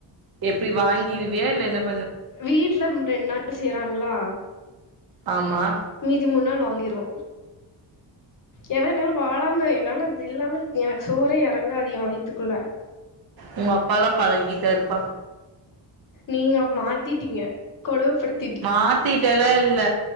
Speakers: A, on the right; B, on the left.
A: எப்டி வாங்கிருவியா இல்ல என்னப்
B: வீட்லம் ரெண் நாள் செய்றாங்களா
A: ஆமா
B: மீதி மூண் நாள் வாங்கிருவோ ஏன்னா என்னால வாழாம என்னால அது இல்லாம எனக்கு சோறே எறங்காது எ வைத்துக்குள்ள
A: உங்க அப்பால்லா பழகிட்டே இருப்பா
B: நீங்க மாத்திட்டீங்க கொடுமப்படுத்
A: மாத்திட்டேலா இல்ல